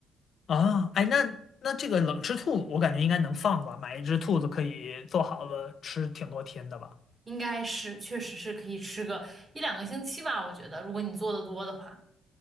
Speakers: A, on the left (about 55°); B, on the right (about 30°).
A: 啊，哎，那那这个冷吃兔，我感觉应该能放吧？买一只兔子可以做好了吃挺多天的吧？
B: 应该是，确实是可以吃个一两个星期吧，我觉得，如果你做的多的话。